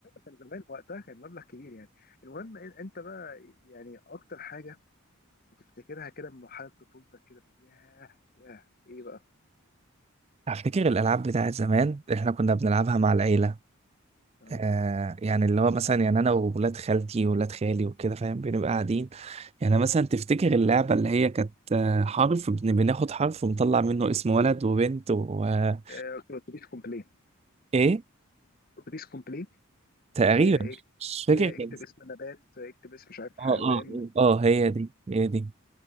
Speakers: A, on the left (about 45°); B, on the right (about 30°).
A: كان زمان وقتها كان مبلغ كبير يعني المهم إن- انت بقى يعني اكتر حاجه بتفتكرها كده من مرحله طفولتك كده تقول ياه ياه ايه بقى
B: <laughs> افتكر الالعاب بتاعت زمان احنا كنا بنلعبها مع العيله
A: اه
B: آه يعني اللي هو مثلا يعني انا وولاد خالتي وولاد خالي وكده فاهم بنبقى قاعدين يعني مثلا تفتكر اللعبه اللي هي كانت آه، حرف بن- بناخد حرف ونطلع منه اسم ولد وبنت و آه،
A: آه، اتوبيس كومبلين
B: ايه
A: اتوبيس كومبلين
B: تقريبا
A: لقينا ايه
B: مش فاكر
A: ليه
B: كان
A: اكتب
B: اسمها.
A: اسم نبات اكتب اسم مش عارف
B: اه
A: حيوان
B: اه اه هي دي هي دي